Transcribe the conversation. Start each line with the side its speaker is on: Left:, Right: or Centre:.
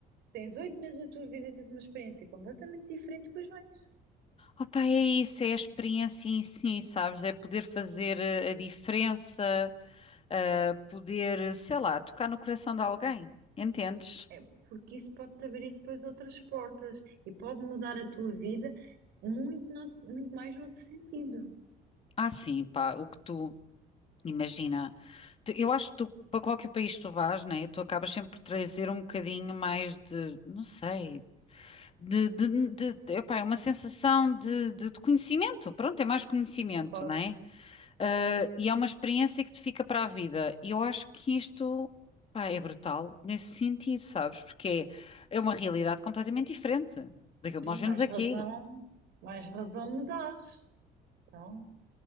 Right: tens oito meses da tua vida, tens uma experiência completamente diferente e depois vais.
Left: Opá, é isso, é a experiência em si, sabes? É poder fazer eh, a diferença, ah, poder, eh, sei lá, tocar no coração de alguém, entendes?
Right: É porque isso pode-te abrir depois outras portas e pode mudar a tua vida muito, no- muito mais no outro sentido.
Left: Ah, sim, pá, o que tu imagina. Tu- Eu acho que tu, para qualquer país que tu vás, né, tu acabas sempre por trazer um bocadinho mais de, não sei, de, de, de, de- epá, é uma sensação de, de, de conhecimento. Pronto, é mais conhecimento,
Right: Claro,
Left: né? Ah, e é uma experiência que te fica para a vida. E eu acho que isto, pá, é brutal nesse sentido, sabes? Porque é, é uma realidade completamente diferente daquilo
Right: então
Left: que nós vemos
Right: mais
Left: aqui.
Right: razão, mais razão me dás. Então.